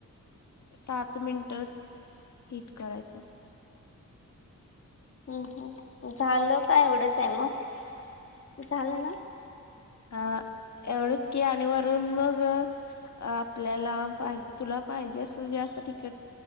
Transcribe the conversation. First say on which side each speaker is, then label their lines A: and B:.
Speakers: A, on the left; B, on the left.
A: सात मिनिट हीट करायचं.
B: हम् हम् झालं का एवढंच आहे मग झालं ना.
A: अ एवढंच की आणि वरून मग. आपल्याला पाहिज तुला पाहिजे अस जास्त तिकट.